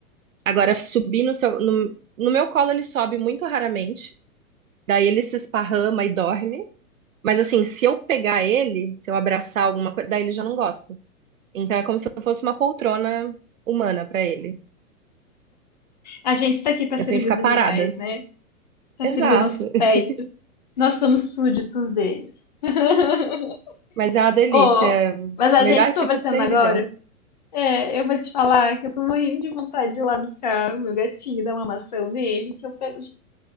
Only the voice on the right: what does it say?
Agora, subir no seu. No, no meu colo ele sobe muito raramente. Daí ele se esparrama e dorme. Mas assim, se eu pegar ele, se eu abraçar alguma coisa, daí ele já não gosta. Então é como se eu fosse uma poltrona humana pra ele.
Eu
tenho que ficar
parada.
Exato.
<laughs>
Mas é uma delícia.
Melhor
tipo
de servidão.